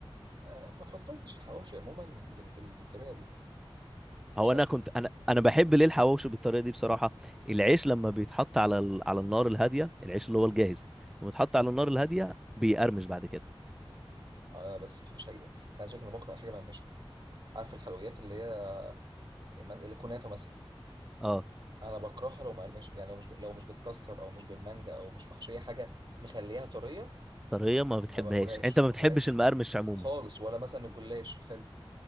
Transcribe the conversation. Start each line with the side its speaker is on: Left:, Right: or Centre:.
Right: آه ما فضلتش الحواوشي عموما بال... بال... بالطريقه دي مش
Centre: هو
Right: عارف
Centre: انا كنت انا انا بحب ليه الحواوشي بالطريقة دي بصراحة العيش لما بيتحط على ال... على النار الهادية العيش اللي هو الجاهز لما يتحط على النار الهادية بيقرمش بعد كده
Right: آه بس ما بحبش حقيقه انا عايز أقول لك انا بكره اي حاجه مقرمشه عارف الحلويات اللي هي الكنافه مثلا
Centre: اه
Right: انا بكرهها لو مقرمشه يعني لو مش ب... لو مش بتكسر او مش بالمانجا او مش محشيه حاجه مخليها طريه
Centre: طريقة ما بتحبهاش
Right: ما باكلهاش
Centre: انت ما
Right: ما
Centre: بتحبش
Right: باكلهاش
Centre: المقرمش عموما
Right: خالص ولا مثلا الجلاش الحلو